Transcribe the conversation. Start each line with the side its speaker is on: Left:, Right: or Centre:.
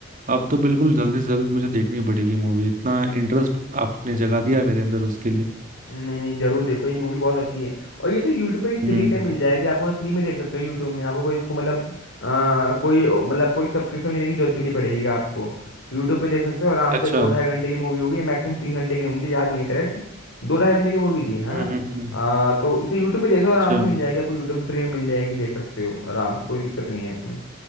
Right: अब तो बिल्कुल जल्दी से जल्द मुझे देखनी पड़ेगी मूवी इतना इंटरेस्ट आपने जगा दिया मेरे अंदर उसके लिए
Left: नहीं नहीं जरूर देखो ये मूवी बहुत अच्छी है और ये तो यूट्यूब पे भी फ्री
Right: हम्म
Left: पे मिल जाएगी आपको फ्री में देख सकते हो यूट्यूब में आपको कोई इसको मतलब आ, कोई मतलब कोई सब्सक्रिप्शन लेने की जरूरत भी नहीं पड़ेगी आपको यूट्यूब पे देख सकते हो आराम
Right: अच्छा
Left: से दो
Right: हम्म
Left: ढाई घंटे की मूवी होगी मैक्सिमम तीन घंटे की मुझे याद नहीं है करेक्ट दो ढाई घंटे की मूवी थी है
Right: हम्म
Left: ना
Right: हम्म,
Left: आ, तो इसे यूट्यूब पे देख लो आराम
Right: अच्छा
Left: से मिल जाएगी आपको यूट्यूब पे फ्री में मिल जाएगी देख सकते हो आराम से कोई दिक्कत नहीं है इसमें